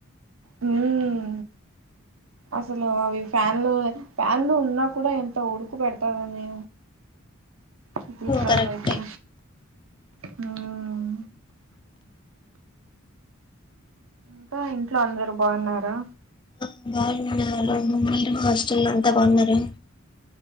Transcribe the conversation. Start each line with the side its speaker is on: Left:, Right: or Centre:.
Right: హ్మ్ అసలు అవి ఫ్యాన్లు ఫ్యాన్లు ఉన్నా కూడా ఎంత ఉడుకుబెడ్తదనీ హీట్లలో
Left: కరెక్టే
Right: అయితే హ్మ్ ఇంకా ఇంట్లో అందరు బాన్నారా
Left: ఆ బావున్నారు మీరు హాస్టల్లో అంతా బాన్నారా